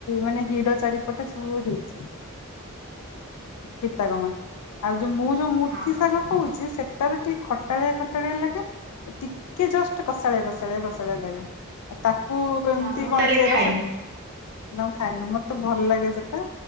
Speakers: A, on the left; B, on the right.
A: ମାନେ ହିଡ଼ ଚାରିପଟେ ସବୁ ହେଇ <inaudible> ପିତାଗମା, ଆଉ ଯୋଉ ମୁଁ ଯୋଉ ମୁଠି
B: ହଁ
A: ଶାଗ କହୁଚି ସେ ତାର ଠି ଖଟାଳିଆ ଖଟାଳିଆ ଲାଗେ। ଟିକେ ଜଷ୍ଟ କଷାଳିଆ କଷାଳିଆ କଷାଳିଆ ଲାଗେ। ତାକୁ ଏମତି
B: ନା ମୁଁ
A: କଣ
B: ତାହେଲେ
A: ଚେର
B: ଖାଇନି
A: ସ ନାଉ ଖାଇନ, ମୋତେ ଭଲ ଲାଗେ ସେଟା।